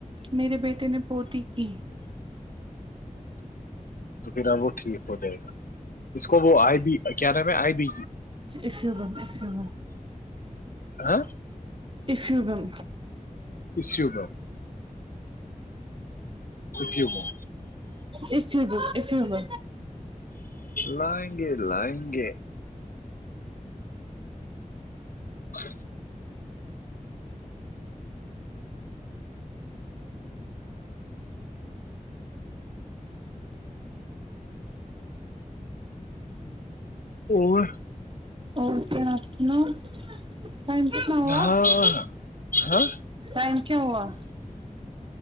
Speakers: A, on the right (about 35°); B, on the left (about 80°).
A: میرے بیٹے نے پوتی کی
B: تو پھر اب وہ ٹھیک ہو جائے گا اس کو وہ آئی بی کیا نام ہے آئی بی
A: اسفو بم ایفوم
B: ہاں
A: ایفو بم
B: اسوبم خوشی ہوا
A: اسے ب اس ہو
B: لائیں گے لائیں گے اچ اور
A: اور کیا آپ ٹم کی سناؤا
B: ہاں ہاں
A: ائم کیا ہوا